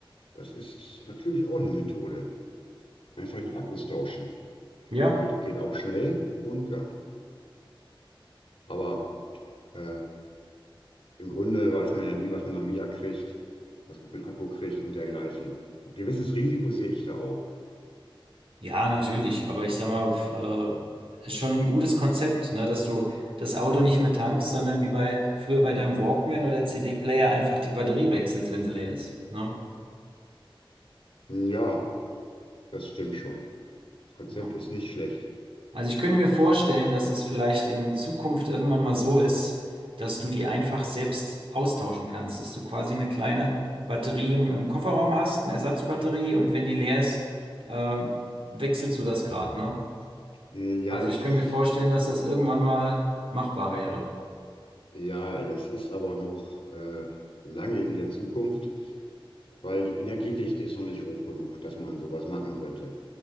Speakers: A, on the left; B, on the right.
A: Das ist natürlich auch eine Methode. Einfach die Akkus tauschen.
B: Ja.
A: Geht, geht auch schnell und ja. Aber äh, im Grunde weiß man ja nie, was man dann wieder kriegt, was man für einen Akku kriegt und dergleichen. Ein gewisses Risiko sehe ich da auch.
B: Ja, natürlich. Aber ich sag mal, f- äh, ist schon ein gutes Konzept, ne? Dass du das Auto nicht mehr tankst, sondern wie bei früher bei deinem Walkman oder CD-Player einfach die Batterie wechselst, wenn sie leer ist. Ne?
A: Hm, Ja, das stimmt schon. Das Konzept
B: Ja.
A: ist nicht schlecht.
B: Also ich könnte mir vorstellen, dass es vielleicht in Zukunft irgendwann mal so ist, dass du die einfach selbst austauschen kannst, dass du quasi eine kleine Batterie im, im Kofferraum hast, eine Ersatzbatterie und wenn die leer ist, äh, wechselst du das Grad, ne?
A: Äh, Ja,
B: Also
A: ich,
B: ich könnte mir vorstellen, dass das irgendwann mal machbar wäre.
A: ja, das ist aber noch äh, lange in der Zukunft, weil die Energiedichte ist noch nicht hoch genug, dass man sowas machen könnte.